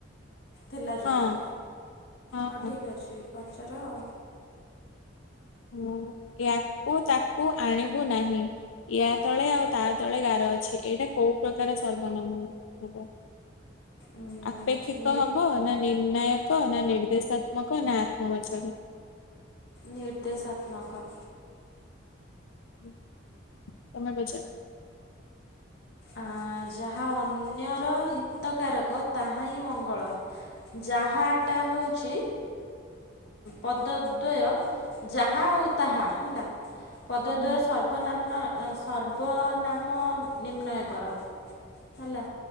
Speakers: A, on the left; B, on the left.
A: ଥିଲା ଯୋଉଟା
B: ହଁ ହଁ
A: ହଉ
B: ହଁ
A: ଠିକ୍ ଅଛି ପଚାର ଆଉ।
B: ହୁଁ ୟାକୁ ତାକୁ ଆଣିବୁ ନାହିଁ। ୟା ତଳେ ଆଉ ତା ତଳେ ଗାର ଅଛି ଏଇଟା କୋଉ ପ୍ରକାର ସର୍ବନାମ ହବ?
A: ଉଁ,
B: ଆପେକ୍ଷିକ
A: ନିଟ୍
B: ହବ ନା ନିର୍ଣ୍ଣାୟକ ନା ନିର୍ଦ୍ଦେଶାତ୍ମକ ନା ଆତ୍ମବାଚକ?
A: ନିର୍ଦ୍ଦେଶାତ୍ମକ।
B: ହୁଁ ତମେ ପଚାର।
A: ଆଁ ଯାହା ଅନ୍ୟର ହିତକାରକ ତାହା ହିଁ ମଙ୍ଗଳ। ଯାହା ଟା ହଉଛି। ପଦୋଦ୍ବୟ ଯାହା ଆଉ ତାହା ହେଲା। ପଦୋଦ୍ୱୟ
B: ହୁଁ।
A: ସର୍ବନାମ୍ନ ଅ ସର୍ବନାମ ନିମ୍ନୟ। କର ହେଲା